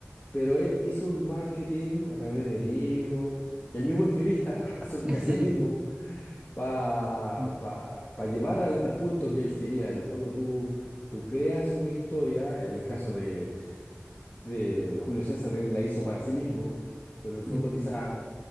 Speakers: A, on the left (about 40°); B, on the right (about 20°).
A: pero él hizo un marketing a través de libros, que él mismo escribía <laughs> acerca
B: ujú,
A: de sí mismo, para
B: mm,
A: llevar al, al punto que él quería. En el fondo tú, tú creas una historia, en el caso de, de, de Julio César, él la hizo para sí mismo, pero en el fondo
B: mm,
A: quizás